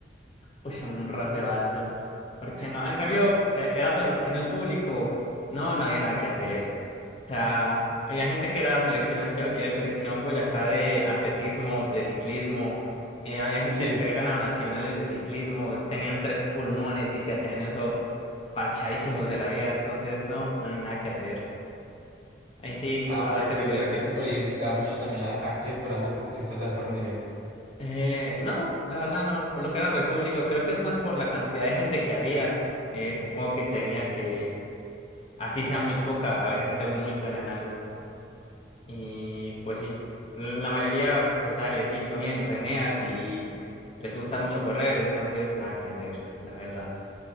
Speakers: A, on the left; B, on the right.
A: Uy, un roce vasto. Porque no,
B: Sí.
A: en cambio, eh, era todo lo que- en el público, no, no había nada que hacer. O sea, había gente que era selección Antioquia, eh, selección Boyacá de atletismo, de ciclismo. eh, había gente
B: Sí.
A: que había ganado nacionales de ciclismo, tenían tres pulmones y se hacían eso parchadísimos de la vida. Entonces, no, nada que hacer. Ahí sí
B: Ah,
A: tocaba
B: ok,
A: ser
B: ok.
A: humilde.
B: O sea que tu colegio incitaba mucho también a a que fueran deportistas de alto rendimiento.
A: Eh, no, la verdad no. Por lo que era Repúblico, creo que es más por la cantidad de gente que había. Eh, supongo que tenía que así sea muy poca, haber gente muy buena en algo. Y pues sí, la mayoría, pues dale, sí, todo bien, reneas y les gusta mucho correr, entonces nada que hacer, la verdad.